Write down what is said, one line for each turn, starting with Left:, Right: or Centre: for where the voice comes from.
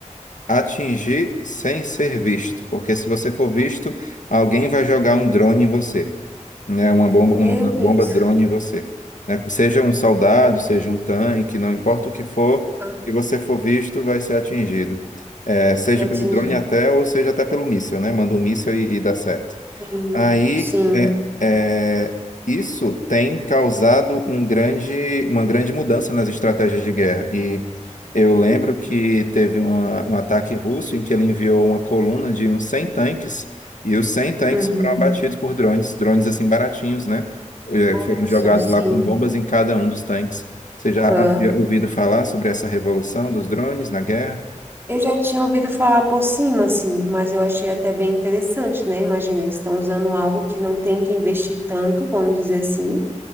Left: Atingir sem ser visto, porque se você for visto, alguém vai jogar um drone em você, né? Uma bomba,
Right: Meu
Left: um- uma bomba
Right: Deus.
Left: drone em você, né? Seja um soldado, seja um tanque, não importa o que for,
Right: Aham.
Left: se você for visto, vai ser atingido, É, seja
Right: Você atinge.
Left: pelo drone até ou seja até pelo míssil, né? Manda um míssil e, e dá certo.
Right: Sim.
Left: Aí,
Right: Sim.
Left: é, é, isso tem causado um grande, uma grande mudança nas estratégias de guerra. E eu lembro que teve uma- um ataque russo em que ele enviou uma coluna de uns 100 tanques, e os 100 tanques
Right: Uhum.
Left: foram abatidos por drones, drones assim baratinhos, né? Eh,
Right: Nossa,
Left: Foram jogados
Right: sim.
Left: lá com bombas em cada um dos tanques. Você já
Right: Aham.
Left: havia ouvido falar sobre essa revolução dos drones na guerra?
Right: Eu já tinha ouvido falar por cima, assim, mas eu achei até bem interessante, né? Imagina, eles estão usando algo que não tem que investir tanto, vamos dizer assim,